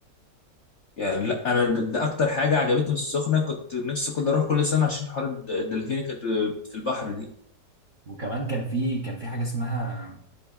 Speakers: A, on the left; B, on the right.
A: يعني لا انا ده, ده اكتر حاجه عجبتني في السخنه كنت نفسي كنت اروح كل سنه عشان حوار الد- الدلافين اللي كانت في البحر دي
B: وكمان كان في كان في حاجه اسمها